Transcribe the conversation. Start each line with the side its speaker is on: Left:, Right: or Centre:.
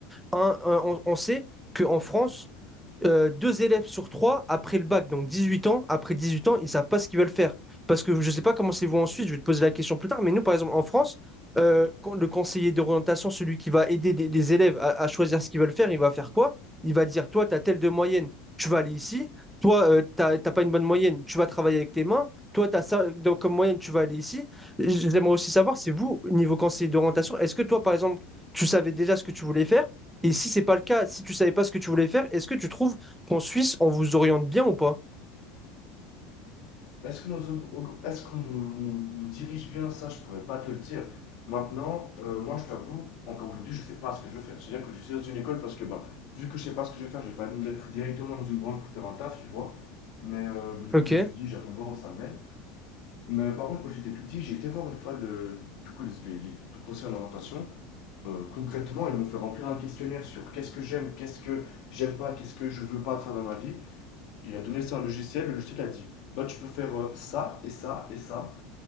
Centre: un, un- on, on sait qu'en France, euh, deux élèves sur trois après le bac, donc 18 ans, après 18 ans, ils ne savent pas ce qu'ils veulent faire. Parce que je ne sais pas comment c'est vous ensuite, je vais te poser la question plus tard, mais nous, par exemple, en France, euh, quand le conseiller d'orientation, celui qui va aider des- les élèves à, à choisir ce qu'ils veulent faire, il va faire quoi? Il va dire, toi, tu as telle de moyenne, tu vas aller ici. Toi, euh, t'as t'as pas une bonne moyenne, tu vas travailler avec tes mains. Toi, tu as ça donc, comme moyenne, tu vas aller ici. J'aimerais aussi savoir, c'est vous, niveau conseiller d'orientation, est-ce que toi, par exemple, tu savais déjà ce que tu voulais faire? Et si c'est pas le cas, si tu savais pas ce que tu voulais faire, est-ce que tu trouves qu'en Suisse, on vous oriente bien ou pas?
Left: Est-ce que, nos- est-ce qu'on nous, nous- nous dirige bien ça, je pourrais pas te le dire. Maintenant, euh, moi je t'avoue, encore aujourd'hui, je sais pas ce que je veux faire. C'est-à-dire que je suis dans une école parce que, bah, vu que je sais pas ce que je veux faire, j'ai pas envie d'être directement dans une branche pour faire un taf, tu vois. Mais euh, du
Centre: Ok.
Left: coup, j'étudie, j'attends de voir où ça mène. Mais par contre, quand j'étais plus petit, j'ai été voir une fois le, du coup, les, les, les conseils en orientation. Euh, concrètement, ils m'ont fait remplir un questionnaire sur qu'est-ce que j'aime, qu'est-ce que j'aime pas, qu'est-ce que je veux pas faire dans ma vie. Il a donné ça à un logiciel, le logiciel a dit bah tu peux faire euh, ça et ça et ça.